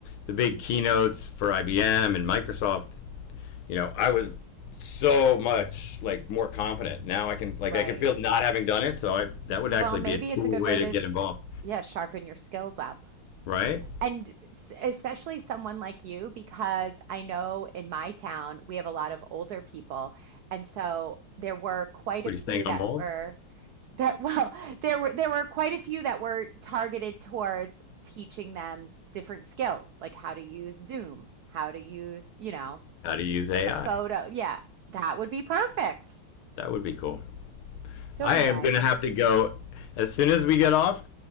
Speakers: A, on the left; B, on the right.
A: the big keynotes for IBM and Microsoft, you know, I was so much like more confident now. I can like
B: right.
A: I can feel not having done it, so I that would
B: Well,
A: actually
B: maybe
A: be a
B: it's
A: cool
B: a good
A: way
B: way
A: to
B: to,
A: get involved,
B: yeah, sharpen your skills up.
A: right?
B: And especially someone like you, because I know in my town we have a lot of older people. And so there were quite
A: What
B: a few
A: are you saying?
B: that
A: I'm old.
B: were that <laughs> well, there were there were quite a few that were targeted towards teaching them different skills, like how to use Zoom, how to use, you know,
A: how to use AI.
B: a photo. Yeah, that would be perfect.
A: That would be cool.
B: So
A: I
B: anyway,
A: am going to have to go as soon as we get off.